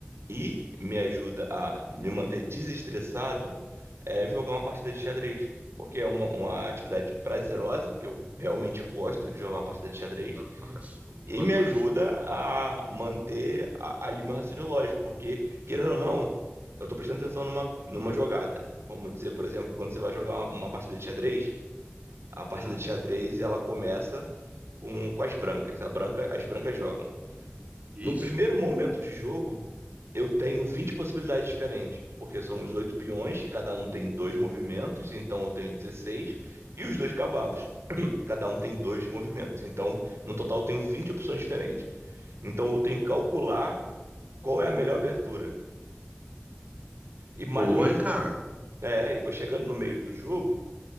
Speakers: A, on the right; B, on the right.
A: e me ajuda a me manter desestressado é jogar uma partida de xadrez. Porque é uma, uma atividade prazerosa, que eu realmente gosto de jogar uma partida de xadrez,
B: Fantástico, fantástico.
A: e me ajuda a manter a- ali meu raciocínio lógico, porque, querendo ou não, eu tô prestando atenção numa, numa jogada. Vamos dizer, por exemplo, quando você vai jogar uma, uma partida de xadrez, a partida
B: Hum,
A: de xadrez ela começa com, com as brancas. A branca, as brancas jogam.
B: isso.
A: No primeiro momento de jogo, eu tenho 20 possibilidades diferentes, porque são os oito peões, que cada um tem dois movimentos, então eu tenho 16, e os dois cavalos, <clears throat> cada um tem dois movimentos. Então, no total, eu tenho 20 opções diferentes. Então, eu tenho que calcular qual é a melhor abertura. E
B: Boa,
A: mais ou menos,
B: hein, cara?
A: é, e vou chegando no meio do jogo,